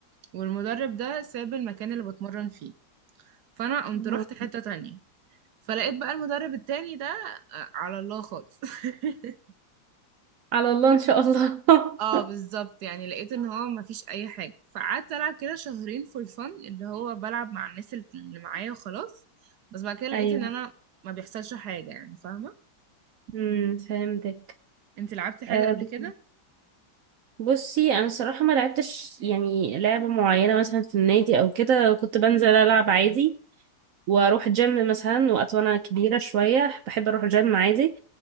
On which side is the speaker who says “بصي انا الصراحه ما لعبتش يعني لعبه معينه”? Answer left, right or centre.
Right